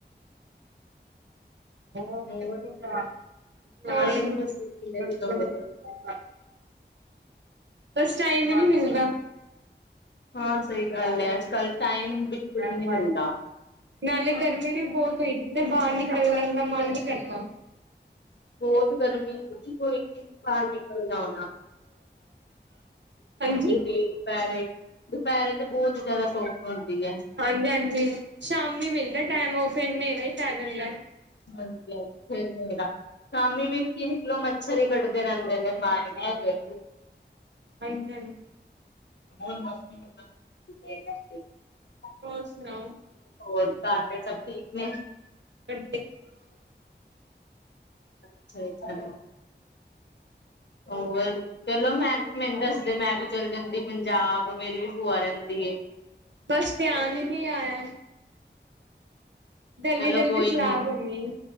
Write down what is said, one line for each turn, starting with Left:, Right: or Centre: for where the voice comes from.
Right: <unintelligible>
Left: ਹੋਰ ਆਏ ਨੀ ਤੁਸੀਂ ਕਿੰਨੇ ਦਿਨ ਹੋ ਗਏ ਨੇ।
Right: ਬਸ ਟਾਈਮ ਹੀ ਨੀ ਮਿਲਦਾ।
Left: ਹਾਂ ਸਹੀ ਗੱਲ ਹੈ ਅੱਜ ਕੱਲ ਟਾਈਮ।
Right: ਹਹ
Left: ਵੀ ਨਹੀਂ ਮਿਲਦਾ
Right: ਹ। ਨਾਲੇ ਗਰਮੀ ਵੀ ਬੋਤ ਹੋਈ ਤੇ ਬਾਹਰ ਨਿਕਲਣ ਦਾ ਮਨ ਨੀ ਕਰਦਾ।
Left: ਬੋਤ ਗਰਮੀ ਕੋਈ ਨਹੀ ਬਾਹਰ ਨਿਕਲਦਾ। <inaudible>
Right: ਹਾਂਜੀ।
Left: <inaudible> ਦਪੈਰੇ। ਦੁਪੈਰੇ ਤੇ ਬੋਤ ਜਾਦਾ ਧੁੱਪ ਹੁੰਦੀ ਐ।
Right: ਹਾਂਜੀ ਹਾਂਜੀ ਸ਼ਾਮੀ ਮਿਲਦਾ ਟੈਮ ਓ ਫੇਰ ਨੇਰਾ ਹੀ ਪੈ ਜਾਂਦੈ।
Left: <inaudible> ਸ਼ਾਮੀ ਵੀ <unintelligible> ਨਿਕਲੋ ਮੱਛਰ ਈ ਕੱਟਦੇ ਰੈਂਦੇ ਨੇ ਬਾਰ ਨਿਕਲਦੇ।
Right: ਹਾਂਜੀ ਹਾਂ।
Left: <inaudible>
Right: ਹੋਰ ਸੁਣਾਓ।
Left: ਹੋਰ ਘਾਰ ਸਭ ਠੀਕ ਨੇ।
Right: ਹਾਂ।
Left: ਅੱਛਾ ਅੱਛਾ। ਹੋਰ। ਚਲੋ ਮੈਂ ਮੈਨੂੰ ਦੱਸਦੇ ਮੈਂ ਵੀ ਚੱਲ ਜਾਂਦੀ ਪੰਜਾਬ ਮੇਰੀ ਵੀ ਭੂਆ ਰਹਿੰਦੀ ਏ।
Right: ਬਸ ਧਿਆਨ ਹੀ ਨਹੀਂ ਆਇਆ। ਜਲਦੀ-ਜਲਦੀ
Left: ਚਲੋ ਕੋਈ
Right: ਸਲਾਹ
Left: ਨੀ।
Right: ਬਣੀ